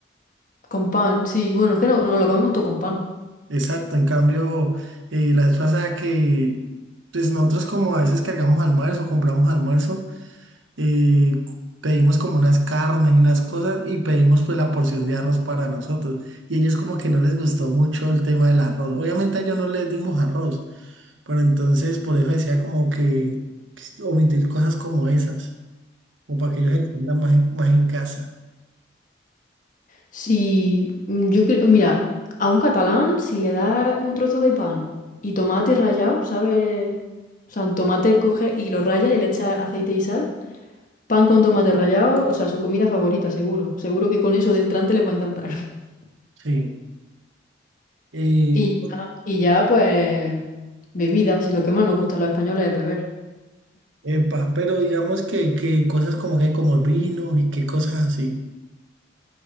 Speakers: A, on the left; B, on the right.
A: Con pan, sí. Bueno, es que no, no lo comemos todo con pan.
B: Exacto, en cambio, eh, la vez pasada que, pues nosotros como a veces cargamos almuerzo, compramos almuerzo, eh, pedimos como unas carnes y unas cosas y pedimos pues la porción de arroz para nosotros. Y ellos como que no les gustó mucho el tema del arroz. Obviamente a ellos no les dimos arroz Pero entonces, por eso decía como que omitir cosas como esas, o para que ellos se sientan más en, más en casa.
A: Sí, mm, yo creo, mira, a un catalán, si le das un trozo de pan y tomate rallado, ¿sabes? O sea, un tomate coge y lo raya y le echa aceite y sal. Pan con tomate rallado, o sea, su comida favorita, seguro. Seguro que con eso de entrante les va a encantar. <laughs>
B: Sí. Eh,
A: Y ya, y ya, pues, bebida, si lo que más nos gusta a los españoles es beber.
B: epa, pero digamos que, que cosas como que como el vino y qué cosas así.